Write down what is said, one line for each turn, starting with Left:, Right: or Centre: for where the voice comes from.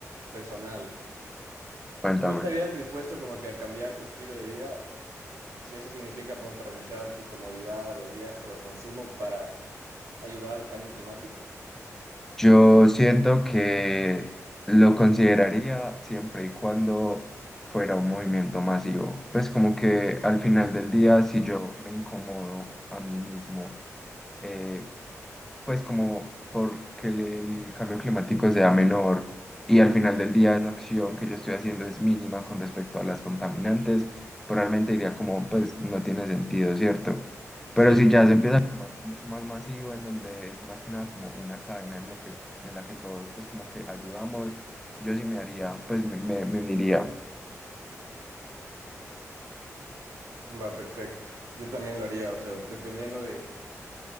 Right: personal.
Centre: Cuéntame.
Right: ¿Tú estarías dispuesto como que a cambiar tu estilo de vida? Si eso significa, ponte a renunciar a tu comodidad, a los viajes o al consumo para ayudar al cambio climático.
Centre: Yo siento que lo consideraría siempre y cuando fuera un movimiento masivo. Pues como que al final del día, si yo me incomodo a mí mismo eh, pues como porque el cambio climático sea menor y al final del día esa acción que yo estoy haciendo es mínima con respecto a las contaminantes, probablemente diría como, pues no tiene sentido, ¿cierto?
Right: Sí,
Centre: Pero si ya se empieza como algo mucho más masivo, en donde es más que nada como una cadena en lo que, en la que todos pues como que ayudamos, yo sí me haría, pues me, me, me uniría.
Right: va perfecto. Yo también lo haría, o sea, dependiendo de